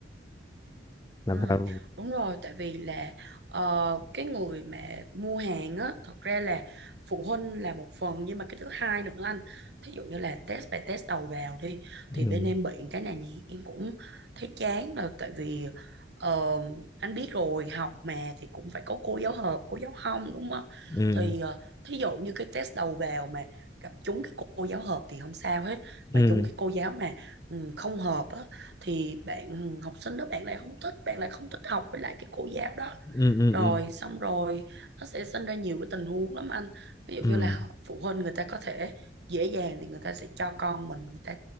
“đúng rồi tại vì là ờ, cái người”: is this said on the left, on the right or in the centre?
Right